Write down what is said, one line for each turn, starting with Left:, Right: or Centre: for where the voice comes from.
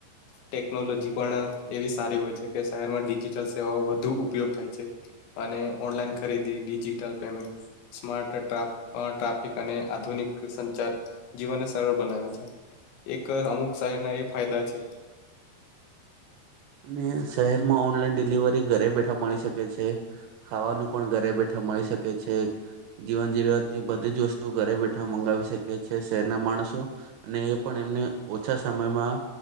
Left: ટેકનોલોજી પણ એવી સારી હોય છે કે શહેરમાં ડિજીિટલ સેવાઓ વધુ ઉપયોગ થાય છે. અને ઓનલાઈન ખરીદી ડિજિટલ પેમેન્ટ સ્માર્ટ ટ્રા ટ્રાફિક અને આધુનિક સંચાર જીવનને સરળ બનાવે છે. એક અમુક શહેરના એ ફાયદા છે.
Right: અને શહેરમાં ઓનલાઈન ડિલિવરી ઘરે બેઠા મળી શકે છે. ખાવાનું પણ ઘરે બેઠા મળી શકે છે. જીવન જીવવાત થી બધી જ વસ્તુ ઘરે બેઠા મંગાવી શકે છે શહેરના માણસો. અને એ પણ એમને ઓછા સમયમાં